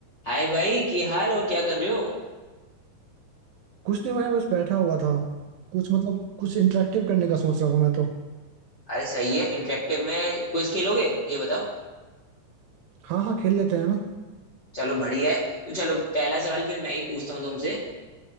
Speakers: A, on the left; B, on the right.
A: हाय भाई क्या हाल और क्या कर रहे हो
B: कुछ नहीं भाई बस बैठा हुआ था कुछ मतलब कुछ इंटरेक्टिव करने का सोच रहा हूँ मैं तो
A: अरे सही है इंटरेक्टिव में क्विज खेलोगे ये बताओ
B: हाँ हाँ खेल लेते हैं ना
A: चलो बढ़िया है तो चलो पहला सवाल फिर मैं ही पूछता हूँ तुमसे